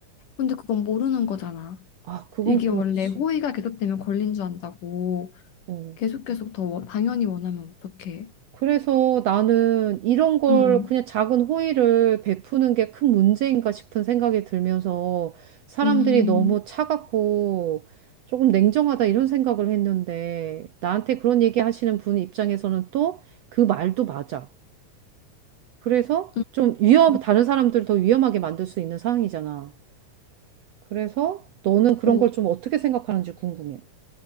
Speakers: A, on the left; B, on the right.
A: 근데 그건 모르는 거잖아.
B: 아, 그건
A: 이게
B: 그렇지.
A: 원래 호의가 계속되면 걸린 줄 안다고
B: 어.
A: 계속 계속 더 원- 당연히 원하면 어떡해?
B: 그래서 나는 이런 걸
A: 음,
B: 그냥 작은 호의를 베푸는 게 큰 문제인가 싶은 생각이 들면서 사람들이
A: 음,
B: 너무 차갑고 조금 냉정하다 이런 생각을 했는데 나한테 그런 얘기 하시는 분 입장에서는 또 그 말도 맞아. 그래서
A: 음.
B: 좀 위험,
A: 음.
B: 다른 사람들 더 위험하게 만들 수 있는 상황이잖아. 그래서 너는 그런
A: 어,
B: 걸 좀 어떻게 생각하는지 궁금해.